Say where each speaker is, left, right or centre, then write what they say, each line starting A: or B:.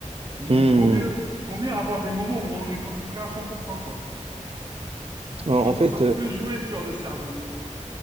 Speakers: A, on the right; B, on the right.
A: Il,
B: Hmm.
A: il vaut mieux, il vaut mieux avoir des moments où on est concentré à 100%, quoi.
B: En
A: Donc,
B: en fait,
A: ça
B: euh,
A: peut jouer sur le cerveau, quoi.